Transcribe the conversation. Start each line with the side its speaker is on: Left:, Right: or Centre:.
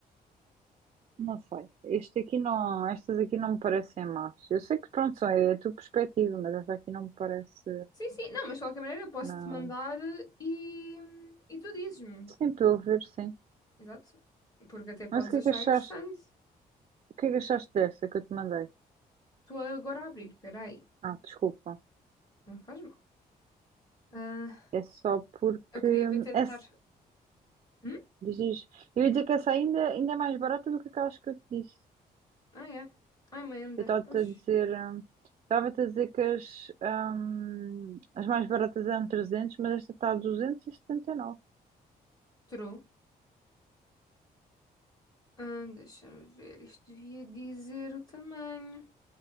Right: Não sei. Este aqui não, estas aqui não me parecem más. Eu sei que pronto, só é a tua perspectiva, mas esta aqui não me parece,
Left: Sim, sim, não, mas de qualquer maneira eu posso-te
Right: não.
Left: mandar eh, e, e tu dizes-me.
Right: Sim, para eu ver, sim.
Left: Exato. Porque até podes
Right: Mas o que
Left: achar
Right: é que achaste?
Left: interessante.
Right: O que é que achaste desta que eu te mandei?
Left: Estou agora a abrir, espera aí.
Right: Ah, desculpa.
Left: Não faz mal. Ah,
Right: É só porque.
Left: eu queria ver tentar.
Right: É...
Left: Hum?
Right: Diz, eu ia dizer que essa ainda, ainda é mais barata do que aquelas que eu te disse.
Left: Ah, é. I'm a Ender,
Right: Eu estava-te
Left: pois.
Right: a dizer, hum, estava-te a dizer que as, hum, as mais baratas eram 300, mas esta está a 279.
Left: True. Ah, deixa-me ver, isto devia dizer o tamanho.